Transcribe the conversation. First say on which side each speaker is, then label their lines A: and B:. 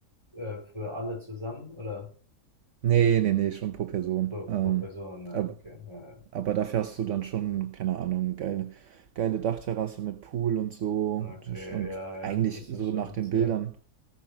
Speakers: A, on the right (about 15°); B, on the right (about 55°).
A: Äh, für alle zusammen oder
B: Nee, nee, nee, schon pro Person.
A: pro,
B: Ähm,
A: pro Person? Ja,
B: ab,
A: okay, ja,
B: Aber dafür hast du dann schon, keine Ahnung, geile, geile Dachterrasse mit Pool und so.
A: ja. okay,
B: Und
A: ja, ja,
B: eigentlich
A: das
B: so
A: ist schon
B: nach den
A: sehr,
B: Bildern,